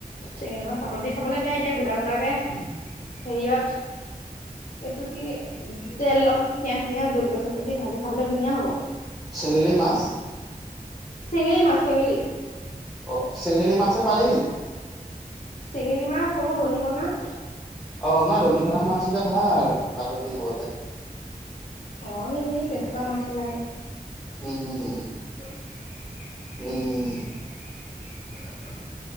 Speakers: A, on the left (about 60°); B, in the centre.
A: চেঙেলীমাছ পাতত দি খাবলৈ বেয়া। এতিয়া গোটা গোটাকে হেৰিয়ত - এইটো কি তেলত পিয়াজ-চিয়াজ জলকীয়া-চলকিয়া দি ভাজি খাবলে ধুনীয়া হ'ব।
B: চেঙেলী মাছ?
A: চেঙেলি মাছ চেঙেলি
B: অ চেঙেলী মাছহে পালি নি?
A: চেঙেলী মাছ সৰু দনিকনা -
B: অ নহয় দনিকনা মাছ কেইটা ভাল পাতত দি খাবলে।
A: অ সেই সেই তেনেকুৱা মাছ বিলাকে।
B: হু, হু হু, হু।
A: <unintelligible>
B: উম উম উম।
A: <unintelligible>